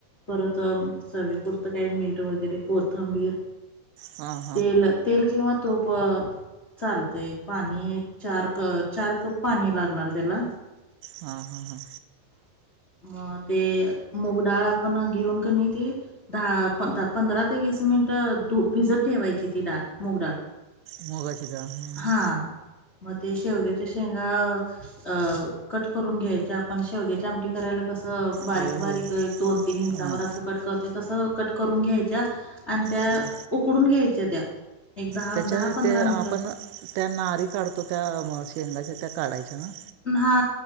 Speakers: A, on the left; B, on the right.
A: परत चवी पुुरतं काही मीठ वगैरे कोथंबीर
B: हां हां
A: तेल तेल किंवा तूप चालतय पाणी एक चार क चार कप पाणी लागणार त्याला
B: हा हा हा!
A: <inaudible> मग ते मूगडाळ आपण घेऊन क ते दहा पंधरा ते वीस मिनट भिजत ठेवायची ती डाळ मूग डाळ.
B: मुगाची डाळ, हा हा.
A: हां मग ते शेवग्याच्या शेंगा अ कट करून घ्यायचे आपण शेवग्याच्या आमटी करायला कसं बारीक
B: होय
A: बारीक
B: होय
A: दोन तीन इंचावर
B: हां
A: असं कट करते तसं कट करून घ्यायच्या. आणि त्या
B: हां
A: उकडून घ्यायच्या त्या! एक
B: त्याच्या ते
A: मिनिटं
B: आपण त्या नारी काढतो त्या शेंगाच्या त्या काढायच्या ना?
A: हा